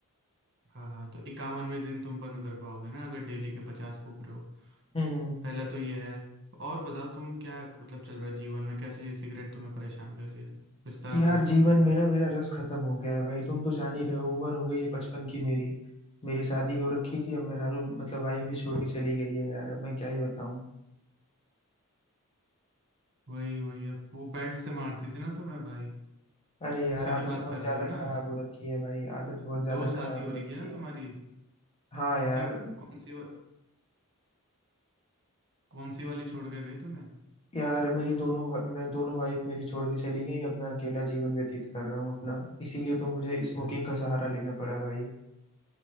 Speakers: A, on the right; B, on the left.
A: हाँ हाँ तो इक्यावनवें दिन तुम बंद कर पाओगे ना अगर डेली के पचास फूक रहे हो
B: हम्म हम्म
A: पहला तो ये है और बताओ तुम क्या मतलब चल रहा है जीवन में कैसे ये सिगरेट तुम्हें परेशान कर रही है विस्तार
B: यार
A: में बताओ
B: जीवन में ना मेरा रस खत्म हो गया है भाई तुम तो जान ही रहे हो उम्र हो गई है बचपन की मेरी मेरी शादी हो रखी थी अब मेरा रू मतलब वाइफ भी छोड़ के चली गई है यार अब मैं क्या ही बताऊं
A: वही वही अब वो बेल्ट से मारती थी ना तुम्हें भाई
B: अरे यार
A: उसी
B: आदत
A: की बात
B: बहुत
A: कर
B: ज्यादा
A: रहे हो ना
B: खराब हो रखी है भाई आदत बहुत
A: दो
B: ज्यादा
A: शादी
B: खराब
A: हो
B: हो
A: रही
B: रखी
A: है ना तुम्हारी
B: है हाँ
A: कौन
B: यार
A: सी कौन सी कौन सी वाली छोड़ के गई तुम्हें
B: यार मेरी दोनों वा- मैं दोनों वाइफ मेरी छोड़ के चली गई अब मैं अकेला जीवन व्यतीत कर रहा हूँ अपना इसीलिए तो मुझे स्मोकिंग
A: भाई
B: का सहारा लेना पड़ा भाई